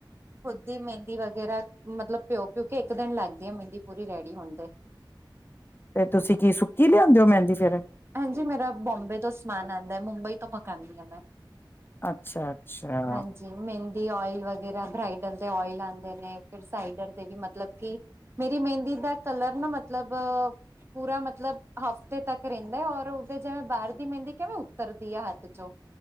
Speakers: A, on the right; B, on the left.
A: ਖੁਦ ਦੀ ਮਹਿੰਦੀ ਵਗੈਰਾ ਮਤਲਬ ਭਿਉ ਭਿਉ ਕੇ, ਇੱਕ ਦਿਨ ਲੱਗਦੀ ਆ ਮਹਿੰਦੀ ਪੂਰੀ ਰੈਡੀ ਹੋਣ ਦੇ।
B: ਤੇ ਤੁਸੀਂ ਕੀ ਸੁੱਕੀ ਲਿਆਂਦੇ ਹੋ ਮਹਿੰਦੀ ਫੇਰ?
A: ਹਾਂਜੀ, ਮੇਰਾ ਬੋਬੇ ਤੋਂ ਸਮਾਨ ਆਉਂਦਾ, ਮੁੰਬਈ ਤੋਂ ਮੰਗਾਉਂਨੀ ਆ ਮੈਂ।
B: ਅੱਛਾ ਅੱਛਾ
A: ਹਾਂਜੀ ਮਹਿੰਦੀ ਓਇਲ ਵਗੈਰਾ ਬ੍ਰਾਈਡਲ ਦੇ ਓਇਲ ਆਉਂਦੇ ਨੇ, ਫਿਰ ਸਾਈਡਰ ਤੇ ਵੀ ਮਤਲਬ ਕਿ ਮੇਰੀ ਮਹਿੰਦੀ ਦਾ ਕਲਰ ਨਾ, ਮਤਲਬ ਪੂਰਾ ਮਤਲਬ ਹਫ਼ਤੇ ਤੱਕ ਰਹਿੰਦਾ, ਔਰ ਉਦੇ ਜਿਵੇਂ ਬਾਹਰ ਦੀ ਮਹਿੰਦੀ ਕਿਵੇਂ ਉੱਤਰਦੀ ਐ ਹੱਥ ਚੋਂ।